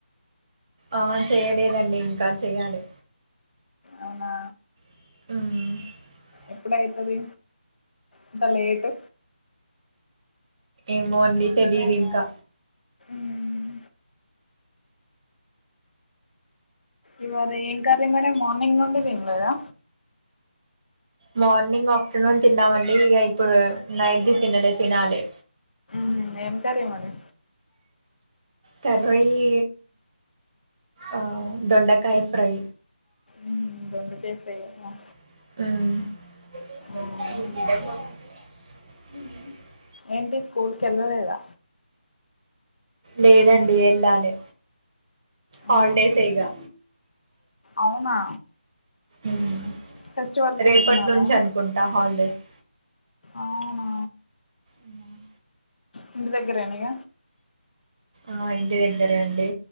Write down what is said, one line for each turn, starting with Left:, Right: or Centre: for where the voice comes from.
Right: ఆ చెయ్యాలేదండి ఇంకా చెయ్యాలి
Left: అవునా
Right: మ్మ్
Left: ఎప్పుడు అయితది ఇంకా లేటు
Right: ఏమో అండి తెలియదు ఇంకా
Left: మ్మ్ ఇవాద ఏం కర్రీ మరి మార్నింగ్ నుండి తినలేదా
Right: మార్నింగ్ ఆఫ్టర్నూన్ తిన్నామండి ఇగ ఇప్పుడు నైట్ది తినలే తినాలి
Left: ఉమ్ ఎంకరీ మరి
Right: కర్రీ ఈ ఆ దొండకాయ ఫ్రై
Left: మ్మ్ దొండకాయ ఫ్రై ఆ
Right: ఊమ్
Left: మ్మ్ ఏంటి స్కూల్ కెళ్ళలేదా?
Right: లేదండి ఎళ్ళాలే హాలిడేస్
Left: ఏ
Right: ఇగా
Left: అవునా?
Right: ఉమ్
Left: ఫెస్టివల్కి
Right: రేపట్నుంచి
Left: ఇస్తున్నారా
Right: అనుకుంటా హాల్డేస్
Left: అవునా
Right: ఉమ్
Left: ఇంటి దగ్గరేన ఇగ
Right: ఆ ఇంటి దగ్గరే అండి